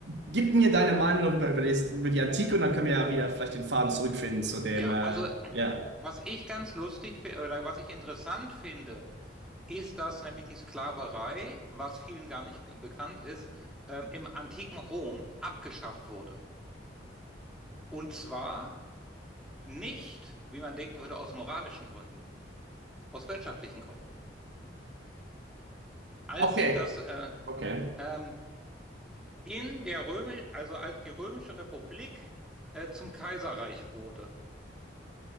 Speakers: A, on the right; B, in the centre.
A: gib mir deine Meinung über, über, die, über die Antike und dann können wir ja wieder vielleicht den Faden zurückfinden zu dem,
B: Ja,
A: äh,
B: also
A: ja.
B: was ich ganz lustig finde oder was ich interessant finde, ist, dass nämlich die Sklaverei, was vielen gar nicht ge- bekannt ist, ähm, im antiken Rom abgeschafft wurde. Und zwar nicht, wie man denken würde, aus moralischen Gründen, aus wirtschaftlichen Gründen. Als
A: Okay.
B: sich das äh,
A: Okay.
B: ähm, in der Römisch, also als die Römische Republik äh, zum Kaiserreich wurde,